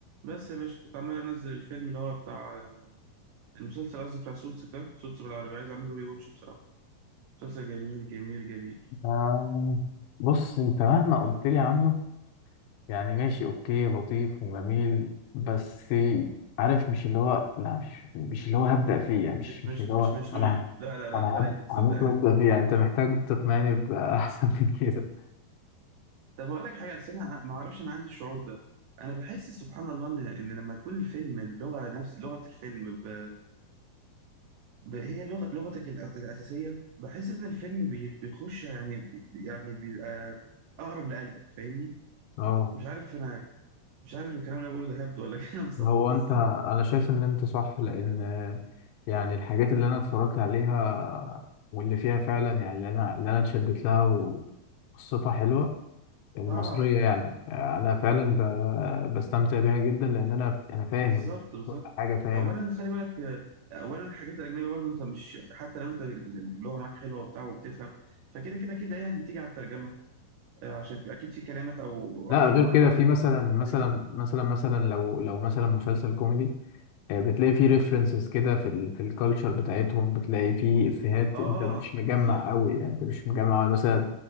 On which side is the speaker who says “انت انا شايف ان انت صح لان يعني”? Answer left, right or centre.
Left